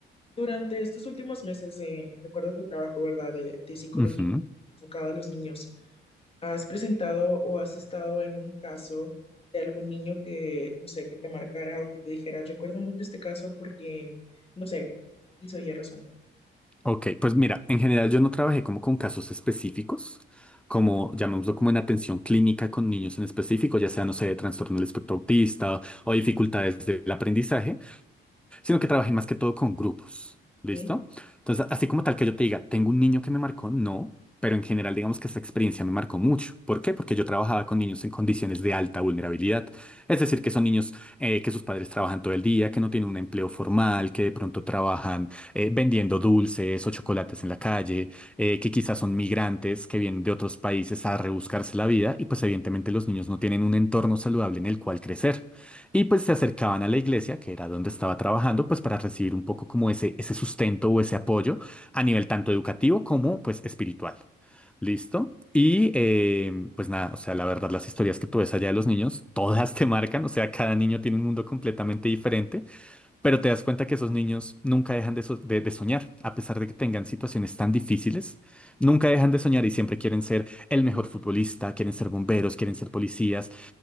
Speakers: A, on the left; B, in the centre.
A: Durante estos últimos meses, de, de acuerdo a tu trabajo, ¿verdad?, de, de psicología
B: Ujú.
A: enfocada a los niños, ¿has presentado o has estado en un caso de algún niño que, no sé, que te marcara o que te dijera, recuerdo mucho este caso porque, no sé, hizo Y razón,
B: Ok, pues mira, en general yo no trabajé como con casos específicos, como llamémoslo como en atención clínica con niños en específico, ya sea, no sé, de trastorno del espectro autista o dificultades del aprendizaje. sino que trabajé más que todo con grupos. ¿Listo?
A: ¿ok?
B: Entonces, así como tal que yo te diga, tengo un niño que me marcó, no, pero en general digamos que esta experiencia me marcó mucho. ¿Por qué? Porque yo trabajaba con niños en condiciones de alta vulnerabilidad. Es decir, que son niños eh, que sus padres trabajan todo el día, que no tienen un empleo formal, que de pronto trabajan eh, vendiendo dulces o chocolates en la calle, eh, que quizás son migrantes que vienen de otros países a rebuscarse la vida y pues evidentemente los niños no tienen un entorno saludable en el cual crecer. Y pues se acercaban a la iglesia, que era donde estaba trabajando, pues para recibir un poco como ese, ese sustento o ese apoyo a nivel tanto educativo como pues espiritual. ¿Listo? Y eh, pues nada, o sea, la verdad las historias que tú ves allá de los niños, todas te marcan, o sea, cada niño tiene un mundo completamente diferente, pero te das cuenta que esos niños nunca dejan de, so- de de soñar, a pesar de que tengan situaciones tan difíciles, nunca dejan de soñar y siempre quieren ser el mejor futbolista, quieren ser bomberos, quieren ser policías.